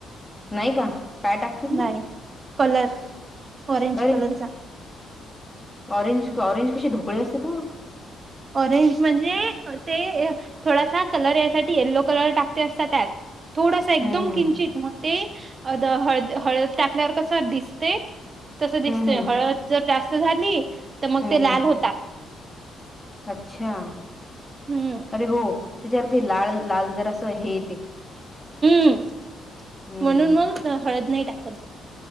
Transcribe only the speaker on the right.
नाही कलर ऑरेंज
कलरचा
ऑरेंज म्हणजे ते थोडासा कलर यायसाठी येल्लो कलर टाकते असता त्यात थोडासा एकदम
किंचित मग ते हळद हळद टाकल्यावर कस दिसते तस दिसते
हळद जर जास्त झाली तर मग ते
लाल
होतात
हम्म
हम्
म्हणून मग हळद नाही टाकत